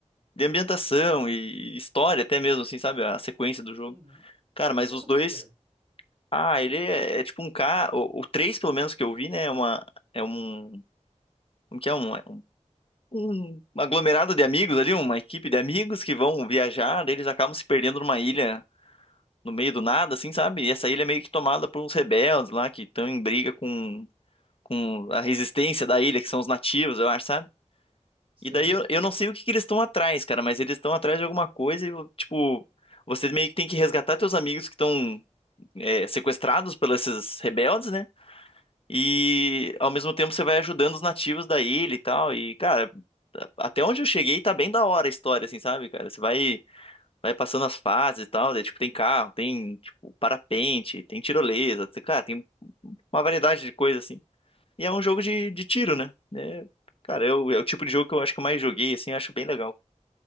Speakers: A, on the left; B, on the right.
A: de ambientação e história até mesmo, assim, sabe? A sequência do jogo.
B: Uhum.
A: Cara, mas
B: E
A: os
B: é sobre
A: dois...
B: quê?
A: Ah, ele é, é tipo um K... O, o 3, pelo menos, que eu vi, né? É uma... É um... Como que é? Um, é um um aglomerado de amigos ali, uma equipe de amigos que vão viajar, daí eles acabam se perdendo numa ilha no meio do nada, assim, sabe? E essa ilha é meio que tomada por uns rebeldes lá que estão em briga com, com a resistência da ilha, que são os nativos, eu acho, sabe?
B: Sei.
A: E daí eu, eu não sei o que que eles estão atrás, cara, mas eles estão atrás de alguma coisa e, tipo, você meio que tem que resgatar teus amigos que estão é, sequestrados pelos esses rebeldes, né? E ao mesmo tempo você vai ajudando os nativos da ilha e tal. E, cara, até onde eu cheguei tá bem da hora a história, assim, sabe, cara? Você vai, vai passando as fases e tal, daí, tipo, tem carro, tem, tipo, parapente, tem tirolesa, tem- cara, tem uma variedade de coisa, assim. E é um jogo de, de tiro, né? É, cara, eu, é o tipo de jogo que eu acho que eu mais joguei, assim, eu acho bem legal.